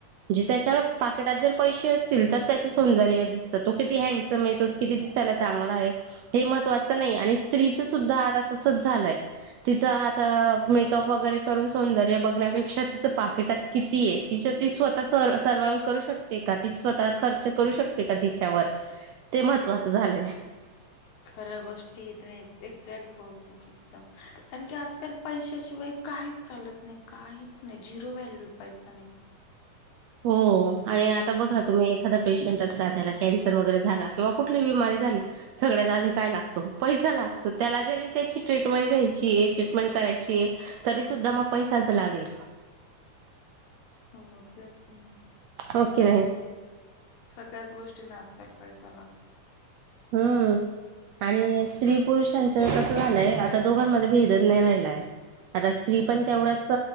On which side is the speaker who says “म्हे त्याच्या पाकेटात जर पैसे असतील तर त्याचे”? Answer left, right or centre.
Right